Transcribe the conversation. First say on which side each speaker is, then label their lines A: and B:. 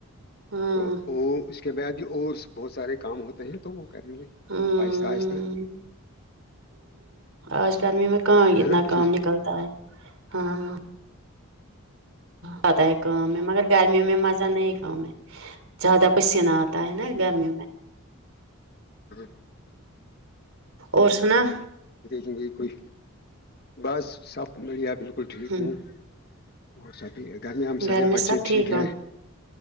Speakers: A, on the right; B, on the left.
A: ہمم
B: تو وہ اس اس کے بعد بھی اور بہت سارے کام ہوتے ہیں تو وہ کریں گے
A: ہمم
B: آہستہ آہستہ
A: آج گرمی میں کہاں
B: ہے
A: اتنا
B: نا
A: کام
B: ٹھیک
A: نکلتا ہے ہاں پت آ ہے کا میں مگر گرمیوں میں مزہ نہیں ہی کا زیادہ پسینہ آتا ہے نا گرمی میں
B: جی
A: اور سنا
B: دوں گی کوئی بس سپ میرییا بالکل ٹھیک
A: ہم
B: ہووں اور سبھی گرمییا میں
A: گھر
B: سارے بچے
A: سب
B: ٹھیک
A: ہو
B: ہے